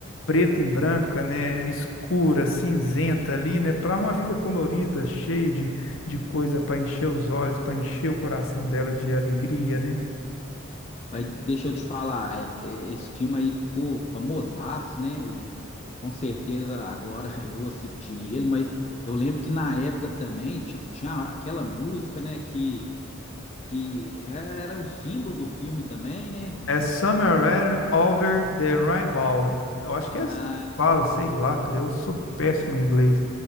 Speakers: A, on the left; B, on the left.
A: preta e branca, né, escura, cinzenta
B: Uhum.
A: ali, né, para uma vida colorida, cheia de, de coisa para encher os olhos, para encher o coração dela de alegria, né?
B: Mas deixa eu te falar, é- é- esse filme aí ficou famosaço, né? Eu com certeza agora <laughs> eu vou assistir ele, mas eu lembro que na época também, tipo, tinha aquela música, né, que que era um símbolo do filme também, né?
A: É Somewhere Over the Rainbow. Eu acho que é assim
B: Ah,
A: que fala, sei lá, cara. Eu sou péssimo em inglês.